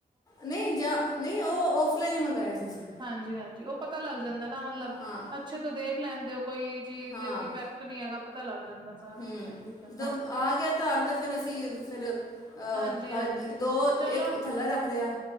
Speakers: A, on the left; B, on the right.
A: ਨਈ ਜਾ ਨਈ ਓ ਔਫਲਾਈਨ ਈ ਮੰਗਾਏ ਸੀ ਅਸੀਂ।
B: ਹਾਂਜੀ, ਹਾਂਜੀ ਓ ਪਤਾ ਲੱਗ ਜਾਂਦੈ ਨਾ ਮਤਲਬ,
A: ਹਾਂ
B: ਅੱਛੇ ਤੋਂ ਦੇਖ ਲੈਂਦੇ ਓ ਕੋਈ ਚੀਜ
A: ਹਾਂ
B: ਤੇ ਡਿਫੈਕਟ ਨੀ ਹੈਗਾ ਪਤਾ ਲੱਗ ਜਾਂਦਾ। ਸਾਰਾ
A: ਹੂੰ,
B: ਚੰਗੀ ਤਰ੍ਹਾਂ
A: ਜਦ
B: ਹਾਂਜੀ।
A: ਆ ਗਿਆ ਘਰ ਤੇ ਫੇਰ ਅਸੀਂ ਫੇਰ ਅ
B: ਹਾਂਜੀ-ਹਾਂਜੀ
A: ਅ ਦੋ, ਇੱਕ
B: ਚਲੋ
A: ਥੱਲੇ ਰੱਖ ਰੇ ਆ।